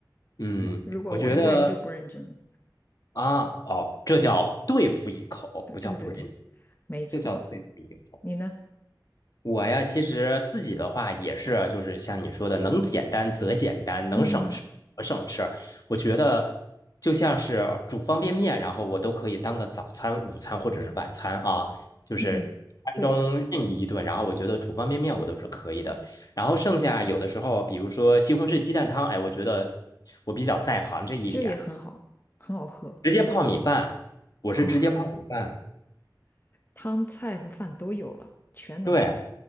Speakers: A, on the left; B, on the left.
A: 嗯，
B: 如果我一个人就不认真了。
A: 我觉得啊，哦，这叫对付一口，
B: 对对对对，
A: 不叫不认识，
B: 没错。
A: 这叫对付一口。
B: 你呢？
A: 我呀，其实自己的话也是，就是像你说的，能简单则简单，能省事则省事儿。
B: 嗯
A: 我觉得就像是煮方便面，然后我都可以当个早餐、午餐或者是晚餐啊，就是一餐中任意一顿。
B: 嗯，对，
A: 然后我觉得煮方便面我都是可以的。然后剩下有的时候，比如说西红柿鸡蛋汤，哎，我觉得我比较在行这一点，
B: 这也很好，很好喝
A: 直接泡米饭，我是直接泡米饭，
B: 哦，汤菜和饭都有了，全能，
A: 对。